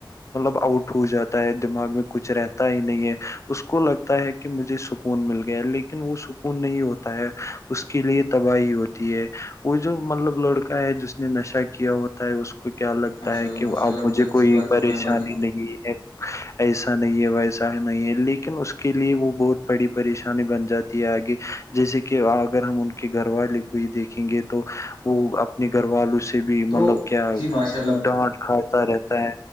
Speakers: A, on the left (about 35°); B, on the left (about 75°).
A: مطلب آؤٹ ہو جاتا ہے دماغ میں کچھ رہتا ہی نہیں ہے اس کو لگتا ہے کہ کہ مجھے سکون مل گیا ہے لیکن وہ سکون نہیں ہو ہوتا ہے اس کے لیے تباہی ہوتی ہے وہ جو مطلب لڑکا ہے جس نے نشہ کیا ہوتا اس کو کیا لگتا
B: ماشاء
A: ہے
B: اللہ
A: کہ
B: ماشاء
A: اب
B: اللہ
A: مجھے
B: بہت اچھی
A: کوئی
B: بات
A: پریشانی
B: فرمائے باجی
A: نہیں ہے ایسا نہیں ہے ویسا نہیں ہے لیکن اس کے لیے وہ بہت بڑی پریشانی بن جاتی گ جیسے کہ اگر ہم ان کے گھر والے کو ہی دیکھیں گے تو وہ اپنے گھر والوں سے سے بھی
B: تو
A: مطلب کیا
B: جی ماشاء
A: ڈانٹ کھاتا رہتا ہے